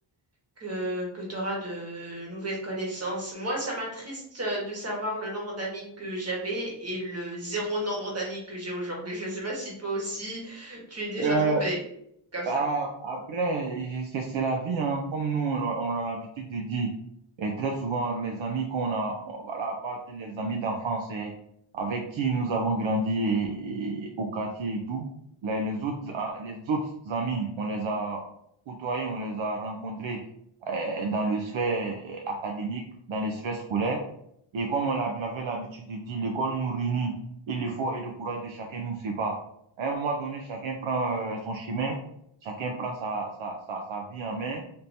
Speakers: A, on the right (about 30°); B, on the right (about 65°).
A: que, que tu auras de nouvelles connaissances. Moi, ça m'attriste euh, de savoir le nombre d'amis que j'avais et le zéro nombre d'amis que j'ai aujourd'hui. Je ne sais pas si toi aussi, tu es déjà
B: Euh,
A: tombé comme ça.
B: Ah, après, je- c'est c'est la vie, hein. Comme nous, on, l'a- on a l'habitude de dire, et très souvent, les amis qu'on a, on- voilà, à part les amis d'enfance eh, avec qui nous avons grandi et- et au quartier et tout, les, les autres, ah, les autres amis, on les a côtoyés, on les a rencontrés eh, dans le sphère eh, académique, dans les sphères scolaires. Et comme on l'a- l'avait l'habitude de dire, l'école nous réunit et l'effort et le courage de chacun nous sépare. À un moment donné, chacun prend euh, son chemin. Chacun prend sa, sa, sa, sa vie en main.